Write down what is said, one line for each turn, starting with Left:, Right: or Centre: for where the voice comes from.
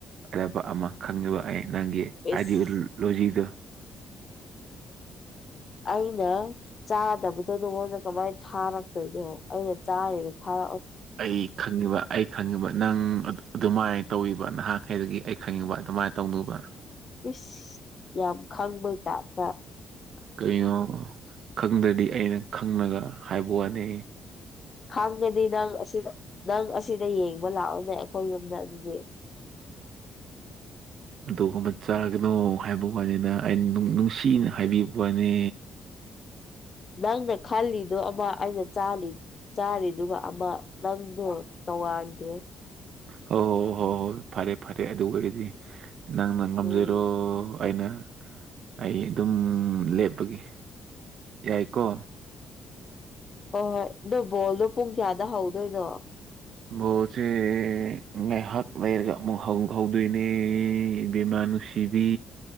Right: ꯑꯗꯕ ꯑꯃ ꯈꯪꯉꯤꯕ ꯑꯩ ꯅꯪꯒꯤ ꯑꯥꯏꯗꯤꯑꯣꯣꯂꯣꯖꯤꯗꯣ
Left: ꯏꯁ ꯑꯩꯅ ꯆꯥꯗꯕꯗꯣ ꯅꯉꯣꯟꯗ ꯀꯃꯥꯏꯅ ꯊꯥꯔꯛꯇꯣꯏꯅꯣ ꯑꯩꯅ ꯆꯥꯔꯦꯅ ꯊꯥꯔꯛ
Right: ꯑꯩ ꯈꯪꯉꯤꯕ ꯑꯩ ꯈꯪꯉꯤꯕ ꯅꯪ ꯑꯗꯨꯃꯥꯏꯅ ꯇꯧꯕ ꯅꯍꯥꯟꯈꯩꯗꯒꯤ ꯑꯩ ꯈꯪꯉꯤꯕ ꯑꯗꯨꯃꯥꯏꯅ ꯇꯧꯅꯨꯕ
Left: ꯏꯁꯁ ꯌꯥꯝ ꯈꯪꯕꯩ ꯇꯥꯕ
Right: ꯀꯩꯅꯣ ꯈꯪꯗ꯭ꯔꯗꯤ ꯑꯩꯅ ꯈꯪꯉꯒ ꯍꯥꯏꯕ ꯋꯥꯅꯦ
Left: ꯈꯪꯒꯗꯤ ꯅꯪ ꯑꯁꯤ ꯅꯪ ꯑꯁꯤꯗ ꯌꯦꯡꯕ ꯂꯥꯛꯑꯣꯅꯦ ꯑꯩꯈꯣꯏ ꯌꯨꯝꯗ ꯑꯗꯨꯗꯤ <inaudible>
Right: ꯑꯗꯨꯒꯨꯝꯕ ꯑꯃ ꯆꯥꯒꯅꯣ ꯍꯥꯏꯕ ꯋꯥꯅꯤꯅ ꯑꯩꯅ ꯅꯨꯡꯁꯤꯅ ꯍꯥꯏꯕꯤꯕ ꯋꯥꯅꯤ
Left: ꯅꯪꯅ ꯈꯜꯂꯤꯗꯣ ꯑꯃ ꯑꯩꯅ ꯆꯥꯜꯂꯤ ꯆꯥꯔꯤꯗꯨ ꯑꯃ ꯅꯪꯗꯣ ꯇꯧꯉꯥꯟꯈ꯭ꯔꯦ
Right: ꯍꯣꯏ ꯍꯣꯏ ꯍꯣꯏ ꯍꯣꯏ ꯍꯣꯏ ꯐꯔꯦ ꯐꯔꯦ ꯑꯗꯨ ꯑꯣꯏꯔꯗꯤ ꯅꯪꯅ ꯉꯝꯖꯔꯣ
Left: ꯎꯝ
Right: ꯑꯩꯅ ꯑꯩ ꯑꯗꯨꯝ ꯂꯦꯞꯄꯒꯤ ꯌꯥꯏꯀꯣ
Left: ꯍ ꯍꯣꯏ ꯅꯣ ꯕꯣꯜꯗꯣ ꯄꯨꯡ ꯀꯌꯥꯗ ꯍꯧꯗꯣꯏꯅꯣ
Right: ꯕꯁꯦ ꯉꯥꯏꯍꯥꯛ ꯂꯩꯔꯒ ꯑꯃꯨꯛ ꯍꯥꯎ ꯍꯥꯎꯗꯣꯏꯅꯦ ꯏꯕ‌ꯦꯃ ꯅꯨꯡꯁꯤ ꯀꯤꯕꯤ